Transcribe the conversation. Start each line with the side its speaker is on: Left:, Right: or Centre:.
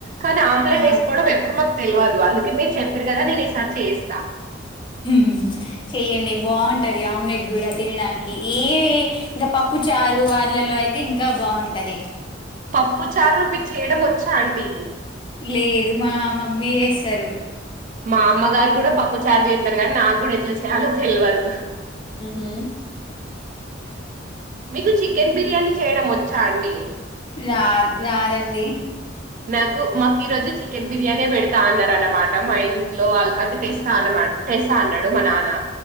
Right: కానీ ఆమ్లెట్
Left: ఆ!
Right: వేసుకోడం ఎప్పుడు మాకు తెలియదు అందుకనే చెప్పిరు కదా నేను ఈసారి చేస్తా
Left: మ్ చేయండి బాగుంటంది ఆమ్లెట్ కూడా తినడానికి ఏ ఇంకా పప్పు చ చారు వాటిలలో అయితే ఇంకా బాగుంటది
Right: పప్పు చారు మీకు చేయడం వచ్చా అండి
Left: లేదు మా మమ్మీ చేస్తరు
Right: మా అమ్మగారు కూడా పప్పు చార్ చేత్తారు కానీ నాకు కూడా ఎట్లా చేయాలో తెలవదు
Left: ఉం
Right: మీకు చికెన్ బిర్యానీ చేయడం వచ్చా అండి
Left: రాద్ రాదండి
Right: నాకు మాకు ఈరోజు చికెన్ బిర్యానీ పెడతా అన్నారు అనమాట మా ఇంట్లో వాళ్ళు అంటే తెస్తా అన్నమాట తెస్తా అన్నాడు మా నాన్న